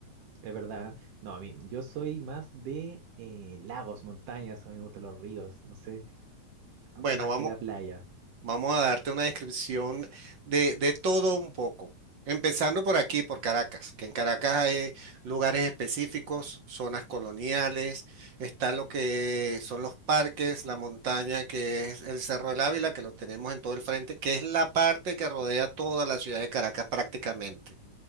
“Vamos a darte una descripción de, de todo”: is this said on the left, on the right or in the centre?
Right